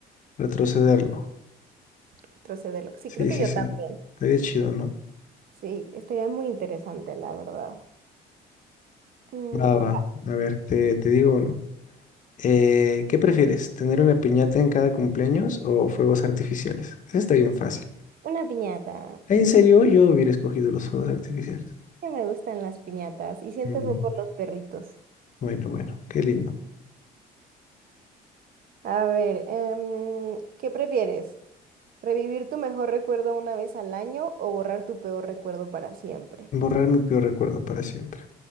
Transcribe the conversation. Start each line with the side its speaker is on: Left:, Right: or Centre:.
Left: retrocederlo.
Right: Retrocederlo. Sí,
Left: Sí,
Right: creo que
Left: sí,
Right: yo
Left: sí.
Right: también.
Left: Estaría chido, ¿no?
Right: Sí, estaría muy interesante, la verdad. Mm,
Left: Va, va. A ver, te, te digo uno. Eh, ¿qué prefieres? ¿Tener una piñata en cada cumpleaños o fuegos artificiales? Eso está bien fácil.
Right: Una piñata.
Left: Ay, en serio, yo hubiera escogido los fuegos artificiales.
Right: Que me gustan las piñatas. Y siento
Left: Mm.
Right: fue por los perritos. <laughs>
Left: Bueno, bueno, qué lindo.
Right: A ver, em, ¿qué prefieres? ¿Revivir tu mejor recuerdo una vez al año o borrar tu peor recuerdo para siempre?
Left: Borrar mi peor recuerdo para siempre.